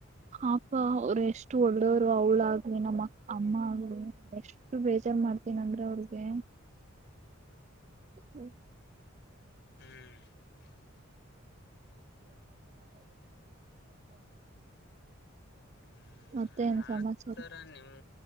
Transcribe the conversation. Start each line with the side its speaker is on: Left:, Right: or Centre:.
Right: ಪಾಪ ಅವ್ರ ಎಷ್ಟು ಒಳ್ಳೆಯವರು ಅವಳ ಆಗ್ಲಿ ನಮ್ಮ ಅಮ್ಮ ಆಗ್ಲಿ ಎಷ್ಟು ಬೇಜಾರು ಮಾಡ್ತೀನ ಅಂದ್ರ ಅವ್ರಿಗೆ ತು
Left: ಹು <unintelligible>
Right: <inaudible>
Left: ಹ
Right: ಮತ್ತೆ ಏನ್
Left: ಆತರ
Right: ಸಮಾಚಾರ
Left: ನಿಮ್